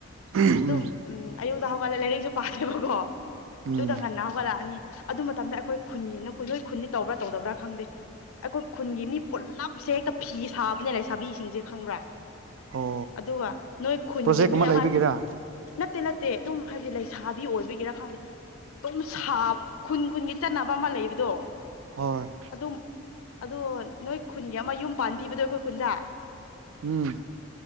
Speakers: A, on the right (about 70°); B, on the left (about 80°).
A: ꯎꯝ
B: ꯑꯗꯨꯝ꯫ ꯎꯝ ꯑꯌꯨꯛꯇ ꯍꯧꯒꯠꯂꯦ ꯂꯥꯏꯔꯤꯛꯁꯨ ꯄꯥꯥꯍꯜꯂꯦꯕꯀꯣ
A: ꯎꯝ
B: ꯑꯗꯨꯗ ꯉꯟꯅ ꯍꯧꯒꯠꯂꯛꯑꯅꯤ꯫ ꯑꯗꯨ ꯃꯇꯝꯗ ꯑꯩꯈꯣꯏ ꯈꯨꯟꯒꯤ ꯅꯣꯏ ꯈꯨꯟꯒꯤ ꯇꯧꯕ꯭ꯔꯥ ꯇꯧꯗꯕ꯭ꯔꯥ ꯈꯪꯗꯦ ꯑꯩꯈꯣꯏ ꯈꯨꯟꯒꯤ ꯃꯤ ꯄꯨꯂꯞꯁꯦ ꯍꯦꯛꯇ ꯐꯤ ꯁꯥꯕꯅꯦ ꯂꯩ ꯁꯥꯕꯤꯁꯤꯡꯁꯦ ꯈꯪꯕ꯭ꯔꯥ
A: ꯑꯣ
B: ꯑꯗꯨꯒ ꯅꯣꯏ ꯈꯨꯟꯒꯤ
A: ꯄ꯭ꯔꯣꯖꯦꯛ
B: ꯃꯤ ꯑꯃ
A: ꯂꯩꯕꯒꯤꯔ
B: ꯅꯠꯇꯦ ꯅꯠꯇꯦ ꯑꯗꯨꯝ ꯍꯥꯏꯕꯗꯤ ꯂꯩꯁꯥꯕꯤ ꯑꯣꯏꯕꯒꯤꯔꯥ ꯈꯪꯗꯦ ꯑꯗꯨꯝ ꯁꯥ ꯈꯨꯟ ꯈꯨꯟꯒꯤ ꯆꯠꯅꯕ ꯑꯃ ꯂꯩꯕꯗꯣ
A: ꯍꯣꯏ
B: ꯑꯗꯨꯝ ꯑꯗꯣ ꯅꯣꯏ ꯈꯨꯟꯒꯤ ꯑꯃ ꯌꯨꯝ ꯄꯥꯟꯕꯤꯕꯗꯣ ꯑꯩꯈꯣꯏ ꯈꯨꯟꯗ
A: ꯎꯝ